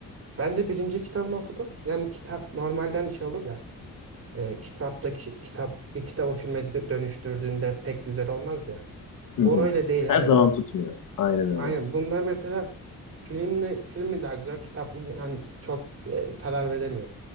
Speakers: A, on the right; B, on the left.
A: Ben de birinci kitabını okudum. Yani kitap normalden şey olur ya. e, kitaptaki kitap bir kitabı filme dö- dönüştürdüğünde pek güzel olmaz ya.
B: Hı
A: Bu
B: hı.
A: öyle değil hani
B: Her zaman tutmuyor. Aynen
A: Aynen
B: öyle.
A: bunda mesela filmle film mi daha güzel kitap mı hani çok e, karar veremiyor.